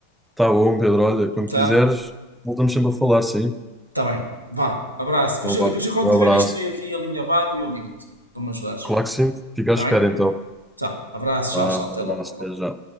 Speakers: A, in the centre; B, on the right (about 85°).
A: Tá bom, Pedro, olha, quando
B: Tá?
A: quiseres, voltamos sempre a falar, sim.
B: Tá bem. Vá. Abraço. Depois,
A: Então
B: eu-
A: vá,
B: depois eu quando
A: um
B: tiver
A: abraço.
B: isto meio aqui alinhavado, eu ligo-te para me ajudares.
A: Claro que sim, fica à
B: Tá
A: espera
B: bem?
A: então.
B: Tá. Abraço.
A: Vá,
B: Tchau, tchau.
A: um
B: Até
A: abraço,
B: logo. Até logo.
A: até já.